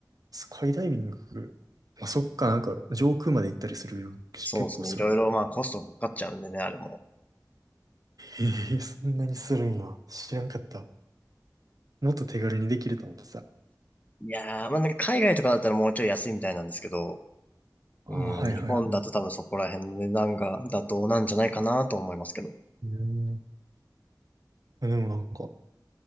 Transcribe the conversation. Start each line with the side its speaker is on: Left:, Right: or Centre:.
Right: スカイダイビング。まあ、そっか、なんか、上空まで行ったりするし、
Left: そうですね。
Right: 結構するもん。
Left: いろいろまあコストかかっちゃうんでね、あれも。
Right: ええそんなにするんや。知らんかった。もっと手軽にできると思ってさ。
Left: いやー、まあなんか海外とかだったらもうちょい安いみたいなんですけど、
Right: ああ、
Left: うん、
Right: はいはいはい。
Left: 日本だと多分そこら辺の値段が妥当なんじゃないかなと思いますけど。
Right: うん。でもなんか、